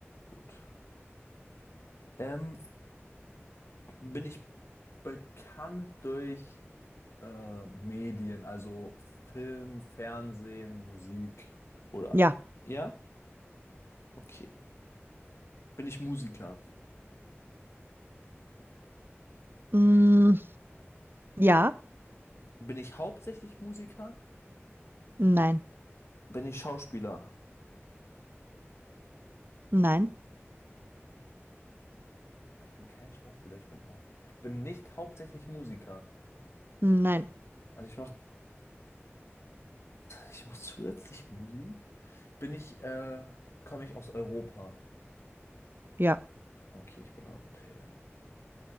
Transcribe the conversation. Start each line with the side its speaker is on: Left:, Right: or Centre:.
Left: Gut. Ähm, bin ich bekannt durch äh, Medien, also Film, Fernsehen, Musik. Oder?
Right: ja.
Left: Ja? Okay. Bin ich Musiker?
Right: Hm, ja,
Left: Bin ich hauptsächlich Musiker?
Right: nein,
Left: Bin ich Schauspieler?
Right: nein,
Left: Ich bin kein Schauspieler, ich bin auch. Ich bin nicht hauptsächlich Musiker.
Right: nein,
Left: Also ich mache ich mach zusätzlich Musik. Bin ich, äh, komme ich aus Europa?
Right: ja.
Left: Okay, ich bin Europäer.